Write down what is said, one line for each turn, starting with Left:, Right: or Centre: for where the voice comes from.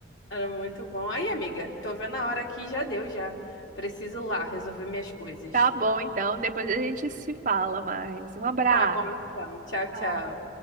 Left: Era muito bom. Aí, amiga, tô vendo a hora aqui, já deu, já. Preciso ir lá resolver minhas coisas.
Right: Tá bom, então. Depois a gente se fala mais. Um abraço.
Left: Tá bom, então. Tchau,
Right: Tchau.
Left: tchau.